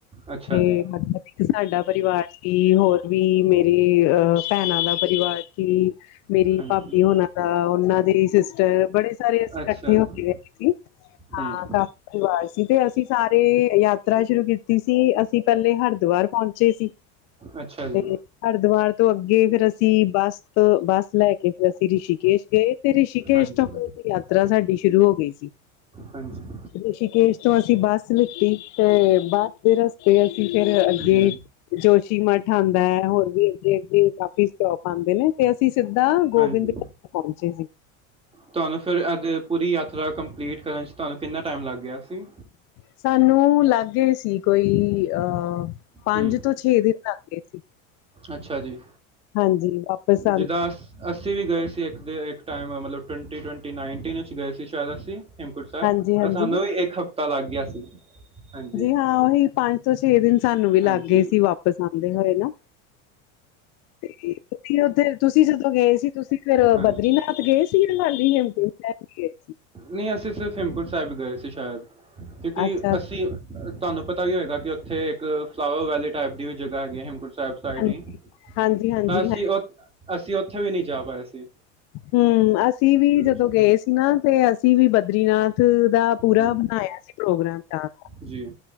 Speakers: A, on the right; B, on the left.
A: ਅੱਛਾ
B: ਤੇ
A: ਜੀ।
B: ਮਤਲਬ ਇੱਕ ਸਾਡਾ ਪਰਿਵਾਰ ਸੀ ਹੋਰ ਵੀ ਮੇਰੇ ਅਹ ਭੈਣਾਂ ਦਾ ਪਰਿਵਾਰ ਕੀ ਮੇਰੀ
A: ਹਾਂਜੀ
B: ਭਾਬੀ ਹੋਣਾ ਦਾ ਉਹਨਾਂ ਦੇ ਸਿਸਟਰ ਬੜੇ ਸਾਰੇ ਅਸੀਂ
A: ਅੱਛਾ
B: ਇਕੱਠੇ
A: ਜੀ
B: ਹੋਏ ਗਏ ਸੀ।
A: ਹੂੰ।
B: ਕਾਫ਼ੀ ਪਰਿਵਾਰ ਸੀ ਤੇ ਅਸੀਂ ਸਾਰੇ ਯਾਤਰਾ ਸ਼ੁਰੂ ਕੀਤੀ ਸੀ ਅਸੀਂ ਪਹਿਲੇ ਹਰਿਦੁਵਾਰ ਪਹੁੰਚੇ ਸੀ
A: ਅੱਛਾ
B: ਤੇ
A: ਜੀ
B: ਹਰਿਦੁਵਾਰ ਤੋਂ ਅੱਗੇ ਫੇਰ ਅਸੀਂ ਬੱਸ, ਬੱਸ ਲੈ ਕੇ ਫਿਰ ਅਸੀਂ ਰਿਸ਼ੀਕੇਸ਼ ਗਏ। ਤੇ ਰਿਸ਼ੀਕੇਸ਼
A: ਹਾਂਜੀ
B: ਤੋਂ ਫਿਰ ਯਾਤਰਾ ਸਾਡੀ ਸ਼ੁਰੂ ਹੋ ਗਈ ਸੀ।
A: ਹਾਂਜੀ
B: ਰਿਸ਼ੀਕੇਸ਼। ਤੋਂ ਅਸੀਂ ਬੱਸ ਲਿੱਤੀ ਤੇ ਬੱਸ ਦੇ ਰਸਤੇ ਅਸੀਂ ਫਿਰ ਅੱਗੇ
A: ਜੀ
B: ਜੋਸ਼ੀ ਮੱਠ ਆਦਾ ਹੋਰ ਵੀ ਅੱਗੇ, ਅੱਗੇ ਕਾਫੀ ਸਟੋਪ ਆਉਂਦੇ ਨੇ ਤੇ ਅਸੀਂ ਸਿੱਦਾਂ ਗੋਬਿੰਦਘਾਟ
A: ਹਾਂਜੀ
B: ਪਹੁੰਚੇ ਸੀ।
A: ਤੁਹਾਨੂੰ ਫਿਰ ਇਹਦੀ ਪੂਰੀ ਯਾਤਰਾ ਕੰਪਲੀਟ ਕਰਨ 'ਚ ਤੁਹਾਨੂੰ ਕਿੰਨਾ ਟਾਈਮ ਲੱਗ ਗਿਆ ਸੀ?
B: ਸਾਨੂੰ ਲੱਗ ਗਏ ਸੀ ਕੋਈ ਅਹ ਪੰਜ
A: ਹੂੰ
B: ਤੋਂ ਛੇ ਦਿਨ ਲੱਗ ਗਏ ਸੀ।
A: ਅੱਛਾ ਜੀ।
B: ਹਾਂਜੀ ਵਾਪਿਸ ਆਂਦੇ
A: ਜਿਦਾ ਸ ਅਸੀਂ ਵੀ ਗਏ ਸੀ ਇੱਕ ਦੇ ਇੱਕ ਟਾਈਮ ਮਤਲਬ ਟਵੰਟੀ ਟਵੰਟੀ ਨਾਈਨਟੀਨ ਇੱਚ ਗਏ ਸੀ। ਸ਼ਾਇਦ ਅਸੀਂ। ਹੇਮਕੂਟ ਸਾਹਿਬ
B: ਹਾਂਜੀ ਹਾਂਜੀ
A: ਤਾਂ ਸਾਨੂੰ ਵੀ ਇੱਕ ਹਫ਼ਤਾ ਲੱਗ ਗਿਆ ਸੀ। ਹਾਂਜੀ।
B: ਹਾਂ ਉਹੀ ਪੰਜ ਤੋਂ ਛੇ ਦਿਨ ਸਾਨੂੰ ਵੀ ਲੱਗ
A: ਹਾਂਜੀ
B: ਗਏ ਸੀ ਵਾਪਿਸ ਆ <unintelligible> ਹੋਏ ਨਾ ਤੇ ਤੁਸੀਂ ਉੱਥੇ ਤੁਸੀਂ ਜਦੋਂ ਗਏ ਸੀ। ਤੁਸੀਂ ਫੇਰ
A: ਹਾਂਜੀ
B: ਬਦਰੀਨਾਥ ਗਏ ਸੀ ਯਾ ਖਾਲੀ ਹੇਮਕੁੰਟ ਸਾਹਿਬ ਹੀ ਗਏ ਸੀ।
A: ਨਹੀਂ ਅਸੀਂ ਸਿਰਫ ਹੇਮਕੁੰਟ ਸਾਹਿਬ ਹੀਗਏ ਸੀ ਸ਼ਾਇਦ ਕਿਉਂਕਿ
B: ਅੱਛਾ
A: ਅਸੀਂ ਤੁਹਾਨੂੰ ਪਤਾ ਹੀ ਹੋਏਗਾ ਕਿ ਉੱਥੇ ਇੱਕ ਫਲਾਵਰ ਵੈਲੀ ਟਾਈਪ ਦੀ ਵੀ ਜਗ੍ਹਾ ਹੈਗੀ ਹੈ ਹੇਮਕੁੰਟ ਸੇਫ ਸਾਈਡ
B: ਹਾਂਜੀ,
A: ਹੀ
B: ਹਾਂਜੀ-ਹਾਂਜੀ
A: ਤਾਂ ਅਸੀਂ,
B: ਹੈ
A: ਅਸੀਂ ਉੱਥੇ ਵੀ ਨਹੀਂ ਜਾ ਪਾਏ ਸੀ।
B: ਹੂੰ, ਅਸੀਂ ਵੀ
A: ਹਾਂਜੀ
B: ਜਦੋਂ ਗਏ ਸੀ ਨਾ ਤੇ ਅਸੀਂ ਵੀ ਬਦਰੀਨਾਥ ਦਾ ਪੂਰਾ
A: ਹੂੰ
B: ਬਨਾਇਆ ਸੀ ਪ੍ਰੋਗਰਾਮ ਡਾਂਸ ਦਾ
A: ਜੀ